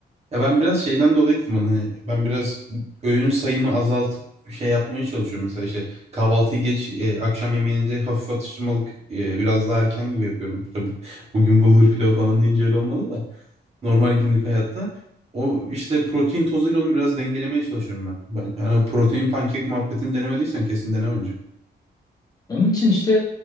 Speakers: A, on the right; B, on the left.
A: Ya ben biraz şeyden dolayı dedim bunu hani ben biraz öğün sayımı azaltıp bir şey yapmaya çalışıyorum. Mesela işte kahvaltıyı geç, e, akşam yemeğini de hafif atıştırmalık e, biraz daha erken gibi yapıyorum. Tabii bugün bulgur pilavı falan deyince öyle olmadı da. normal günlük hayatta. O işte protein tozuyla onu biraz dengelemeye çalışıyorum ben. Ben yani o protein pankek muhabbetini denemediysen kesin dene önce.
B: Onun için işte